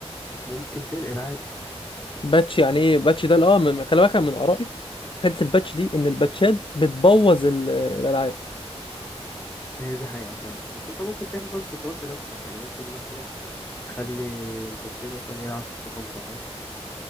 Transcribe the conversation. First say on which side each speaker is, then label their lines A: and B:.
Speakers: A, on the left; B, on the left.
A: ممكن تنقل عادي <laughs>
B: باتش يعني ايه باتش ده اه من- خلي بالك أنا من آرائي في حتة الباتش دي ان الباتشات بتبوظ ال- الالعاب
A: هي دي حقيقة فعلا بس انت ممكن تعمل بقى انتقالات لنفسك يعني ممكن مثلا تخلي مبابي مثلا يلعب في طنطا فاهم